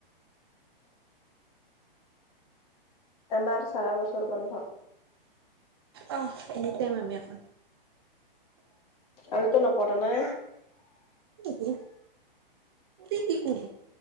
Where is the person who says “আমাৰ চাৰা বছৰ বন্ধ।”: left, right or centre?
Left